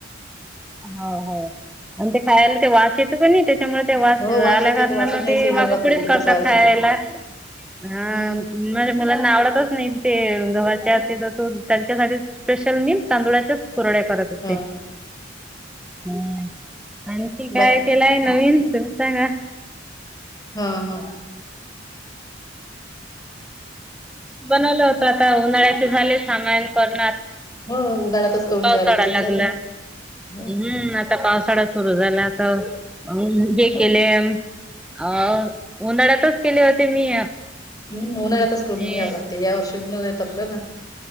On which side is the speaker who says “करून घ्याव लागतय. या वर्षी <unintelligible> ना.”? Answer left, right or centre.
Left